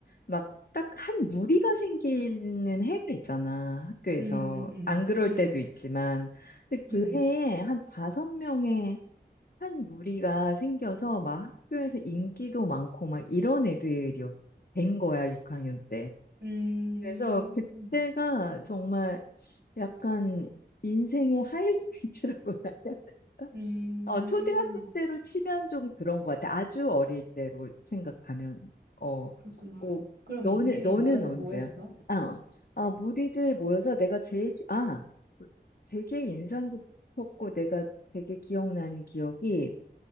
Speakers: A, on the left; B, on the right.
A: 막 딱 한 무리가 생기는 해가 있잖아. 학교에서.
B: 음, 음,
A: 안 그럴
B: 음,
A: 때도 있지만. 근데 그
B: 음,
A: 해에 한 다섯 명의 한 무리가 생겨서 막 학교에서 인기도 많고 막 이런 애들이 된 거야, 6학년 때.
B: 음,
A: 그래서 그때가 정말 약간 인생의 하이라이트라고 <laughs> 나야.
B: 음,
A: 어, 초등학교 때로 치면 좀 그런 것 같아. 아주 어릴 때로 생각하면. 어,
B: 그렇구나.
A: 뭐,
B: 그럼
A: 너는,
B: 무리를
A: 너는
B: 모여서
A: 언제야?
B: 뭐 했어?
A: 아, 아, 무리들 모여서 내가 제일, 기- 아, 되게 인상 깊었고 내가 되게 기억나는 기억이